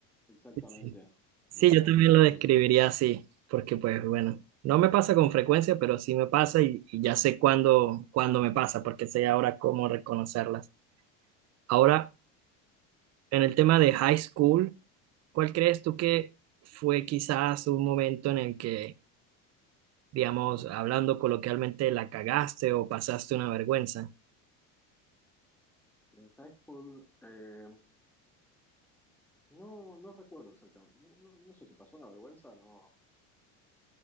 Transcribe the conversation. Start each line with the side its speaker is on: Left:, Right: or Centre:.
Centre: exactamente,
Right: Sí, Sí,
Centre: pero cada
Right: yo también
Centre: cosa
Right: lo
Centre: tiene
Right: describiría
Centre: su-
Right: así, porque pues bueno, no me pasa con frecuencia, pero sí me pasa y, y ya sé cuándo, cuándo me pasa, porque sé ahora cómo reconocerlas. Ahora, en el tema de high school, ¿Cuál crees tú que fue quizás un momento en el que, digamos, hablando coloquialmente, la cagaste o pasaste una vergüenza?
Centre: En high school, eh, no, no recuerdo exactamente, no, no- no sé si pasó una vergüenza, no,